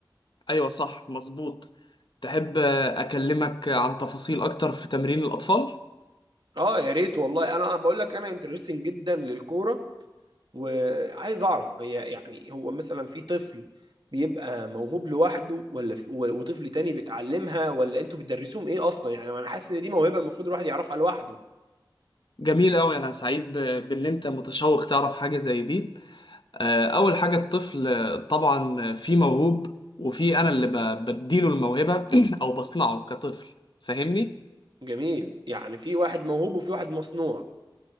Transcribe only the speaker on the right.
اه يا ريت والله انا بقول لك انا انترستنج جدا للكوره وعايز اعرف هي يعني هو مثلا في طفل بيبقى موهوب لوحده ولا في و- وطفل تاني بيتعلمها ولا انتوا بتدرسوهم ايه اصلا يعني انا حاسس ان دي موهبه المفروض الواحد يعرفها لوحده
جميل يعني في واحد موهوب وفي واحد مصنوع